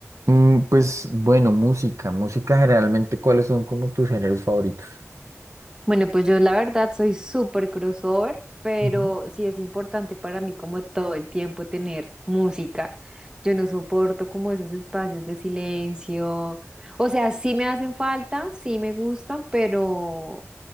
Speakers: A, on the right; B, on the right.
A: Mm, pues bueno, música, música generalmente, ¿cuáles son como tus géneros favoritos?
B: Bueno, pues yo la verdad soy súper crossover, pero
A: Ujú,
B: sí es importante para mí como todo el tiempo tener música. Yo no soporto como esos espacios de silencio. O sea, sí me hacen falta, sí me gustan, pero,